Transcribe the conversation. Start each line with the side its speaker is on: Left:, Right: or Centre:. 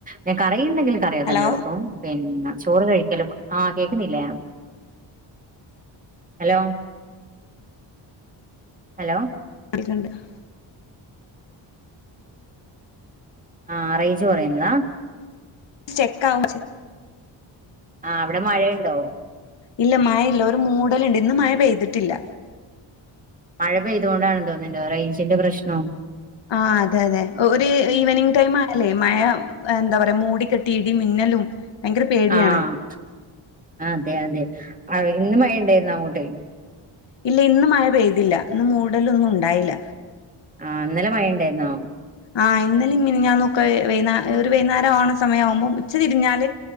Right: ഞാൻ കറിയ്ണ്ടെങ്കില് കറിയതന്നെ
Left: ഹലോ
Right: എടുക്കും പിന്നെ ചോറ് കഴിക്കല് ആഹ് കേക്കുന്നില്ലേ ഹലോ ഹലോ
Left: <unintelligible>
Right: ആഹ് റെയ്ഞ്ച് പോയന്നാ
Left: ചെക്കാവും ചെ
Right: ആഹ് അവിടെ മഴയിണ്ടോ
Left: ഇല്ല മഴയില്ല ഒരു മൂടല്ണ്ട് ഇന്ന് മഴ പെയ്തിട്ടില്ല
Right: മഴ പെയ്തുകൊണ്ടാണ് തോന്ന്ണ്ട് റെയ്ഞ്ചിന്റെ പ്രശ്നം
Left: ആഹ് അതെ അതെ ഒ ഒര് ഇവനിംങ് ടൈമായാല്ലേ മഴ എന്താ പറ്യാ മൂടിക്കെട്ടി ഇടിം മിന്നലും ഭയങ്കര പേടിയാണ്
Right: ആഹ് അതെ അതെ അഹ് ഇന്നും മഴണ്ടേരുന്നോ അങ്ങോട്ട്
Left: ഇല്ല ഇന്നു മഴ പെയ്തില്ല ഇന്ന് മൂടലൊന്നും ഉണ്ടായില്ല
Right: ആഹ് ഇന്നലെ മഴ ഇണ്ടേര്ന്നോ
Left: ആഹ് ഇന്നലിം മിന്ഞ്ഞാന്നൊക്കെ വൈന്നാ ഒരു വൈന്നാരം ആവണെ സമയാവുമ്പം ഉച്ച തിരിഞ്ഞാല്